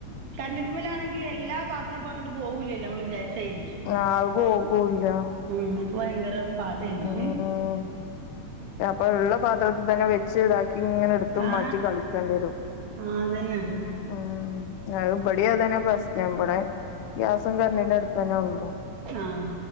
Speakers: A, on the right; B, on the left.
A: കര്ന്റെട്പ്പ് മലാണെങ്കില് എല്ലാ പാത്രും പ്പങ്ങട്ട് പോകൂല്ലല്ലോ അമ്മള് വിചാരിച്ചായ്രി
B: ആഹ്. അഅ്പോകൂല്ല.
A: ഉം. ഇപ്പൊ ഭയങ്കര പാടേനി.
B: ഉം
A: ഹ്
B: അപ്പൊ ള്ള പാത്രത്ത് തന്നെ വെച്ച് ഇതാക്കി ഇങ്ങനെ ട്ത്തും
A: ആ
B: മാറ്റിംകളിക്കേണ്ടിരും.
A: ആഹ് അതന്നെ
B: ഉം ഉം. അഅ് ഇപടിം അതന്നെ പ്രശ്നം. ഇപടെ ഗ്യാസും കര്ണ്ടിന്റെ അട്‌പ്പന്നെള്ളൂ.
A: ആഹ്